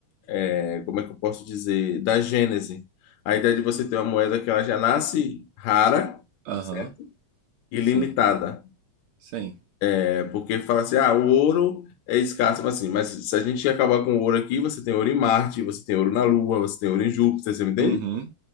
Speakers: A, on the left (about 75°); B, on the right (about 80°).
A: é, como é que eu posso dizer? Da gênese. A ideia de você ter uma moeda que ela já nasce rara,
B: Aham,
A: certo? Ilimitada.
B: sim, sim.
A: É porque fala assim, ah, o ouro é escasso, mas assim, mas se a gente acabar com o ouro aqui, você tem ouro em Marte, você tem ouro na Lua, você tem ouro em Júpiter, você me entende?
B: Uhum,